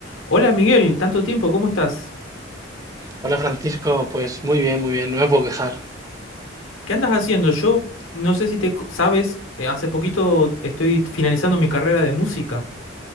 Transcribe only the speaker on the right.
Hola Francisco, pues muy bien, muy bien, no me puedo quejar.